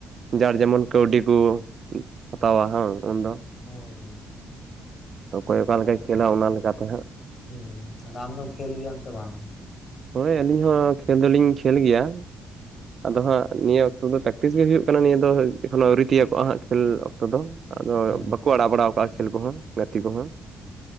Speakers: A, on the right; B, on the left.
A: ᱡᱟᱨ ᱡᱮᱢᱚᱱ ᱠᱟᱹᱣᱰᱤ ᱠᱚ ᱦᱟᱛᱟᱣᱟ ᱦᱩᱸ ᱩᱱᱫᱚ᱾
B: ᱦᱳᱭ ᱦᱳᱭ
A: ᱚᱠᱚᱭ ᱚᱠᱟ
B: ᱟᱫᱚ
A: ᱞᱮᱠᱟᱭ
B: ᱟᱢᱼᱼ
A: ᱠᱷᱮᱞᱟ ᱚᱱᱟ ᱞᱮᱠᱟᱛᱮ ᱦᱟᱸᱜ
B: ᱦᱩᱸ ᱟᱫᱚ ᱟᱢ ᱫᱚᱢ ᱠᱷᱮᱞ ᱜᱮᱭᱟᱢ ᱥᱮ ᱵᱟᱝ?
A: ᱦᱳᱭ ᱟᱹᱞᱤᱧ ᱦᱚᱸ ᱠᱷᱮᱞ ᱫᱚᱞᱤᱧ ᱠᱷᱮᱞ ᱜᱮᱭᱟ᱾
B: ᱦᱩᱸ᱾
A: ᱟᱫᱚ ᱦᱟᱸᱜ ᱱᱤᱭᱟᱹ ᱚᱠᱛᱚ ᱫᱚ ᱯᱨᱮᱠᱴᱤᱥ ᱜᱮ ᱦᱩᱭᱩᱜ ᱠᱟᱱᱟ᱾ᱱᱤᱭᱟᱹ ᱫᱚ ᱮᱠᱷᱚᱱᱚ ᱟᱹᱣᱨᱤ ᱛᱤᱭᱳᱜ ᱠᱚᱜᱼᱟ ᱦᱟᱸᱜ ᱠᱷᱮᱞ ᱚᱠᱛᱚ ᱫᱚ᱾ ᱟᱫᱚ
B: ᱦᱩᱸ
A: ᱵᱟᱠᱚ ᱟᱲᱟᱜ ᱵᱟᱲᱟᱣ ᱠᱟᱜᱼᱟ ᱠᱷᱮᱞ ᱠᱚᱦᱚᱸ ᱜᱟᱛᱮ ᱠᱚᱦᱚᱸ᱾